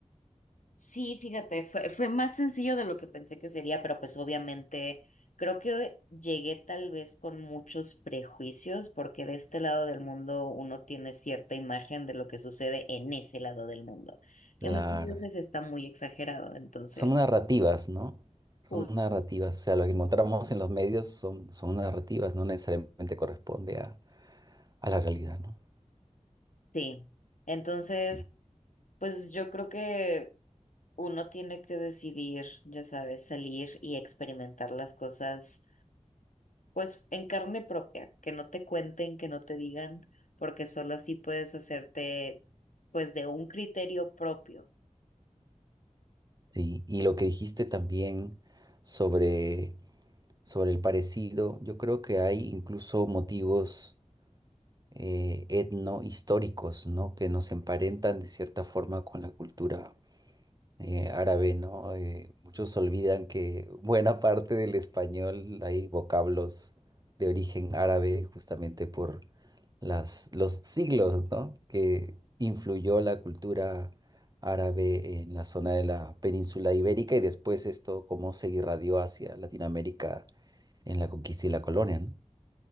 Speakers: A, on the left (about 85°); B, on the right (about 30°).
A: Sí, fíjate, fue, fue más sencillo de lo que pensé que sería, pero pues obviamente creo que llegué tal vez con muchos prejuicios, porque de este lado del mundo uno tiene cierta imagen de lo que sucede en ese lado del mundo, que
B: Claro.
A: muchas veces está muy exagerado, entonces,
B: Son narrativas, ¿no?
A: pues
B: Son narrativas. O sea, lo que encontramos en los medios son, son narrativas, no necesariamente corresponde a, a la realidad, ¿no?
A: sí. Entonces,
B: Sí.
A: pues yo creo que uno tiene que decidir, ya sabes, salir y experimentar las cosas Pues en carne propia, que no te cuenten, que no te digan, porque solo así puedes hacerte pues de un criterio propio.
B: Sí. Y lo que dijiste también sobre, sobre el parecido, yo creo que hay incluso motivos. eh, etnohistóricos, ¿no? Que nos emparentan de cierta forma con la cultura eh, árabe, ¿no? Eh, muchos olvidan que buena parte del español hay vocablos de origen árabe justamente por las, los siglos, ¿no? Que influyó la cultura árabe en la zona de la península ibérica y después esto cómo se irradió hacia Latinoamérica en la conquista y la colonia, ¿no?